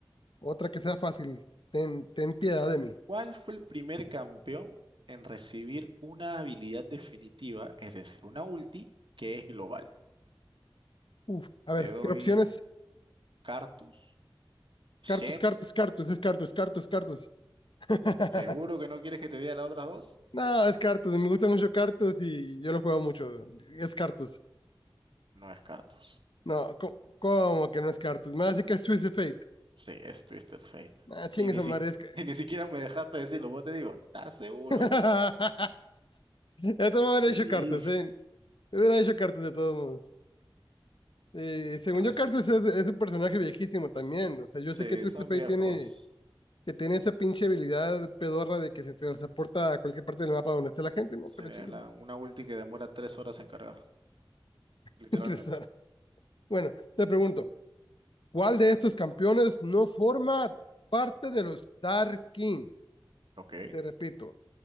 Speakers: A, on the left; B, on the right.
A: otra que sea fácil. Ten, ten piedad de mí.
B: ¿Cuál fue el primer campeón en recibir una habilidad definitiva, es decir, una ulti que es global?
A: Uf, a
B: Te
A: ver,
B: doy
A: ¿qué opciones?
B: Cartus, Shen,
A: Cartus, Cartus, Cartus, es Cartus, Cartus, Cartus. <laughs>
B: ¿seguro que no quieres que te diga las otras dos?
A: No, es Cartus, me gusta mucho Cartus y yo lo juego mucho. Es Cartus.
B: No es Cartus,
A: No, co- ¿cómo que no es Cartus? Me hace que es Twist of Fate.
B: sí, es Twisted Fate.
A: Ah, chingue
B: Y ni,
A: su
B: si-
A: madre, es
B: <laughs>
A: que.
B: y ni siquiera me dejaste decirlo, vos te digo, ¿estás seguro?
A: <laughs> Esto me hubiera
B: Te
A: hecho
B: dije,
A: Cartus, ¿eh? Me hubiera hecho Cartus de todos modos. Eh, según
B: no,
A: yo,
B: es,
A: Cartus es, es un personaje viejísimo también. O sea, yo
B: sí,
A: sé que Twist
B: son
A: of Fate
B: viejos.
A: tiene, que tiene esa pinche habilidad pedorra de que se transporta a cualquier parte del mapa donde esté la gente, ¿no?
B: Sí,
A: Pero chingue,
B: la-
A: su
B: una ulti que demora tres horas en cargar,
A: <laughs>
B: literalmente.
A: interesar. Bueno, te pregunto. ¿Cuál de estos campeones no forma parte de los Dark King?
B: Ok,
A: Te repito,